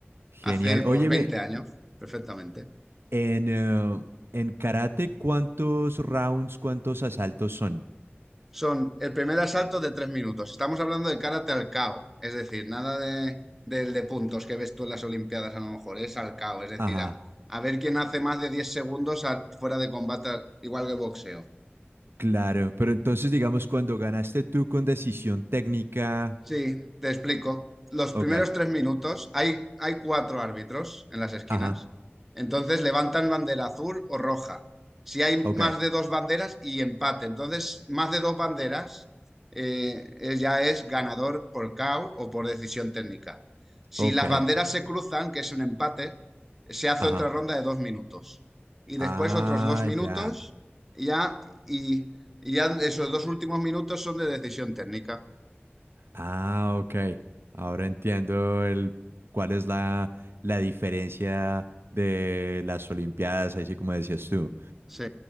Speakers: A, on the right; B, in the centre.
A: Genial.
B: hace
A: Óyeme,
B: pues 20 años, perfectamente.
A: En, eh, en karate, ¿cuántos rounds, cuántos asaltos son?
B: Son el primer asalto de tres minutos. Estamos hablando de karate al cao, es decir, nada de, del de puntos que ves tú en las Olimpiadas a lo mejor, es al cao, es decir,
A: Ajá,
B: a, a ver quién hace más de 10 segundos a- fuera de combate, igual que boxeo.
A: claro. Pero entonces, digamos, cuando ganaste tú con decisión técnica.
B: Sí, te explico. Los primeros
A: Ok,
B: tres minutos hay, hay cuatro árbitros en las esquinas.
A: ajá,
B: Entonces levantan bandera azul o roja. Si hay
A: ok,
B: más de dos banderas y empate. Entonces, más de dos banderas eh, eh, ya es ganador por KO o o por decisión técnica. Si
A: ok,
B: las banderas se cruzan, que es un empate, se hace
A: ajá.
B: otra ronda de dos minutos. Y después
A: Ah,
B: otros dos minutos
A: ya.
B: y ya, y, y ya esos dos últimos minutos son de decisión técnica.
A: Ah, ok. Ahora entiendo el cuál es la, la diferencia de las Olimpiadas, así como decías tú.
B: Sí.